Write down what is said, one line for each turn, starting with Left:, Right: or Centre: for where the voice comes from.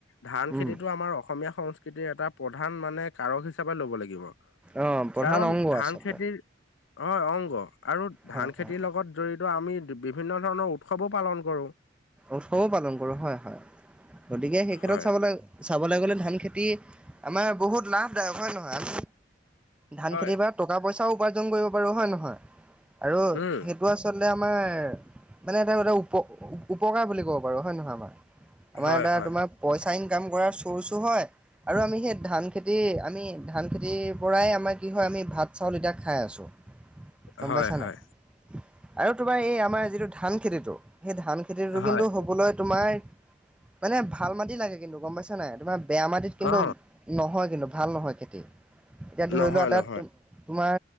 Left: ধান খেতিটো
Centre: উম
Left: আমাৰ অসমীয়া সংস্কৃতিৰ এটা প্ৰধান মানে, কাৰক হিচাপে ল'ব লাগিব,
Centre: অ প্ৰধান
Left: কাৰণ
Centre: অংগ
Left: ধান
Centre: আচলতে
Left: খেতিৰ হ'য়, অংগ আৰু
Centre: হয়
Left: ধান খেতিৰ
Centre: হয়
Left: লগত জড়িত্‌ ত আমি বিভিন্ন ধৰণৰ উৎসৱো পালন কৰো।
Centre: উৎসৱো পালন কৰো। হ'য়, হ'য় গতিকে সেই ক্ষেত্ৰত
Left: হয়
Centre: চাবলে চাবলে গ'লে, ধান খেতি আমাৰ বহুত লাভদায়ক হ'য়, নহয়? আমি ধান
Left: হয়
Centre: খেতিৰ পৰা টকা পইচাও উপাৰ্জন কৰিব পাৰো হয় নহয় আৰু
Left: উম
Centre: সেইটো আচলতে আমাৰ মানে এটা এটা উপ উপকাৰ বুলি কব পাৰো হয় নে নহয় আমাৰ আমাৰ
Left: হয়
Centre: এটা
Left: হয়
Centre: তোমাৰ পইচা আ কাম কৰ চৰ্চো হয় আৰু আমি সেই ধান খেতি আমি ধান খেতি পৰাই আমাৰ কি হয় আমি ভাত চাউল এতিয়া খাই আছোঁ গম
Left: হয়
Centre: পাইছা
Left: হয়
Centre: নাই আৰু তোমাৰ এই আমাৰ যিটো ধান খেতিটো সেই ধান খেতিটো
Left: হয়
Centre: কিন্তু হ'বলৈ তোমাৰ মানে ভাল মাটি লাগে কিন্তু গম পাইছা নাই তোমাৰ বেয়া মাটিত কিন্তু
Left: অ
Centre: নহয়। কিন্তু ভাল নহয় খেতি এতিয়া ধৰি
Left: নহয়
Centre: লও এটা
Left: নহয়
Centre: তোমাৰ